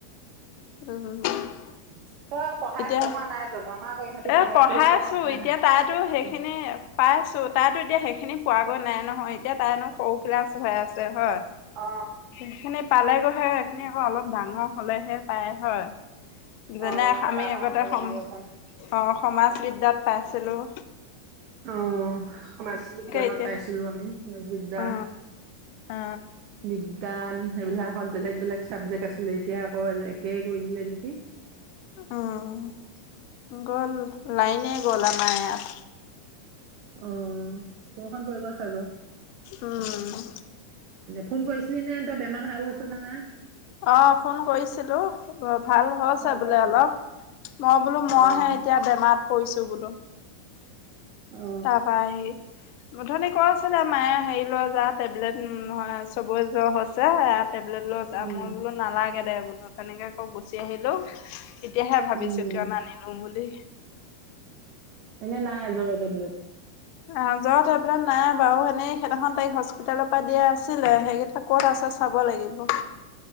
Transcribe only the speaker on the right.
<unintelligible> পঢ়াই
পঢ়োৱা নাই জানো আমাৰ আকৌ ইহঁতি
বাহিৰত
পঢ়িছে
কাৰণে
ইহঁতৰ
কিতাপত আছে।
অ
অ
ডাঙৰ
হ'ব লাগিব
অকণ।
অ সমাজ বিজ্ঞানত
পাইছিলোঁ আমি । সমাজবিদ্যা
বিজ্ঞান সেইবিলাকত বেলেগ - বেলেগ চাবজেক্ট আছিলে । এতিয়া আকৌ এনেকে কৈ দিলে নেকি?
অ' বৰষূণ পৰিব চাগ।
ফোন কৰিছিলি নে তই বেমাৰ ভাল হৈছে নে নাই?
ভাল
পাইছো।
অ',
অ
উম,
উম,
এনেই নাই জ্বৰৰ টেবলেট?